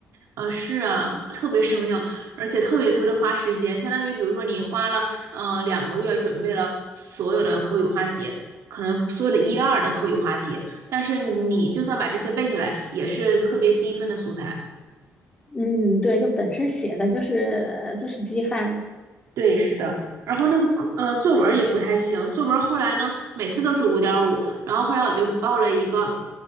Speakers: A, on the right (about 70°); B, on the left (about 20°).
A: 呃，是啊，特别生硬，而且特别特别的花时间，相当于比如说你花了呃两个月准备了所有的口语话题，可能所有的一二的口语话题，但是你就算把这些背下来，也是特别低分的素材。
B: 嗯，对，就本身写的就是就是机翻。
A: 对，是的。然后那个呃，作文儿也不太行，作文儿后来呢，每次都是五点五。然后后来我就报了一个